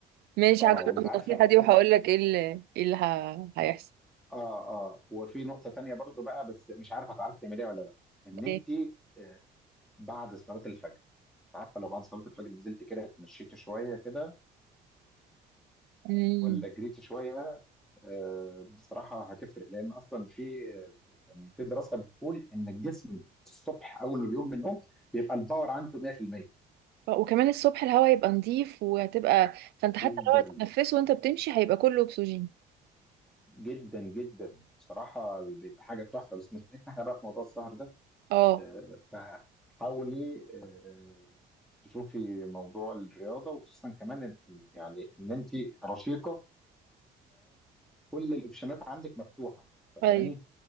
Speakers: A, on the right; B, in the centre.
A: ماشي
B: اه
A: هجرب
B: وانت
A: النصيحة
B: عارفه
A: دي وهقول
B: أف-
A: لك ايه اللي ايه اللي ه- هيحصل
B: اه اه وفي نقطه تانيه برضه بقى بس مش عارفه هتعرفي تعمليها ولا لا ان انت
A: ايه
B: آه، بعد صلاه الفجر عارفه لو بعد صلاه الفجر نزلت كده اتمشيت شويه كده
A: امم
B: ولا جريت شويه آه، بصراحه هتفرق لان اصلا في يعني في دراسه بتقول ان الجسم الصبح اول ما بيقوم من النوم بيبقى الباور عنده 100%
A: ف- وكمان الصبح الهواء يبقى نظيف وهتبقى فانت حتى
B: جدا
A: لو هتتنفسه وانت بتمشي هيبقى كله اكسجين
B: جدا جدا بصراحه بيبقى حاجه تحفه بس مشكلتنا احنا بقى في موضوع السهر ده
A: اه
B: آه، فحاولي آه، تشوفي موضوع الرياضه وخصوصا كمان إن- يعني ان انت رشيقه كل الاوبشنات عندك مفتوحه فاهماني
A: طيب